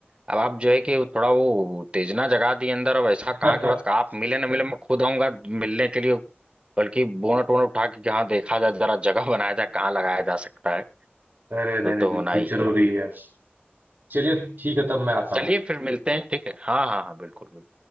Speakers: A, on the right; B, on the right.
A: अब आप जो है कि थोड़ा वो तेजना जगा दी अंदर अब ऐसा
B: <laughs>
A: कहाँ के बाद कहा आप मिले ना मिले मैं खुद आऊंगा मिलने के लिए बल्कि बोनट वोनट उठा के कि हाँ देखा जाए जरा जगह बनाया जाए कहाँ लगाया जा सकता है
B: अरे नहीं
A: वो तो
B: नहीं बिल्कुल
A: होना ही
B: जरूरी
A: है
B: है चलिए ठीक है तब मैं आता हूँ
A: चलिए फिर मिलते हैं ठीक है हाँ हाँ हाँ बिल्कुल बिल्कुल